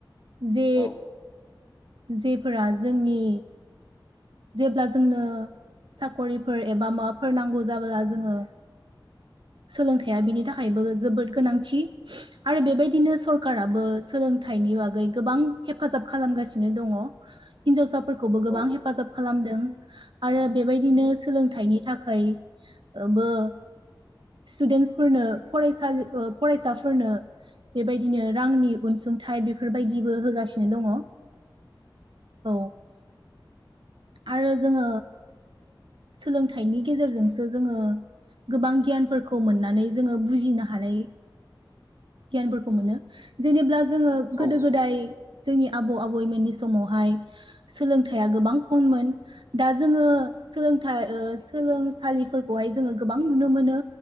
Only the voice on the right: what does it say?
जे
जेफोरा जोंनि जेब्ला जोंनो साख'रिफोर एबा माबाफोर नांगौ जाबला जोङो सोलोंथाइया बिनि थाखायबो जोबोद गोनांथि आरो बेबायदि बिदिनो सरकाराबो सोलोंथाइनि बागै गोबां हेफाजाब खालामगासिनो दङ हिन्जावसाफोरखौबो गोबां
हे हेफाजाब खालामदों आरो बेबायदिनो सोलोंथाइनि थाखाय <unintelligible> स्टुदेन्टसफोरनो फरायसालि फरायसाफोरनो बेबायदिनो रांनि अनसुंथाइ बेफोरबायदिबो होगासिनो दङ औ। आरो जोङो सोलोंथाइनि गेजेरजोंसो जोङो गोबां गियानफोरखौ मोननानै जोङो बुजिनो हानाय गियानफोरखौ मोनो जेनेब्ला जोङो
गोदो गोदाय जोंनि आबौ आबैमोननि समावहाय सोलोंथाइया गोबां खममोन दा जोङो सोलोंथाइ ओ सोलोंसालिफोरखौहाय जोङो गोबां नुनो मोनो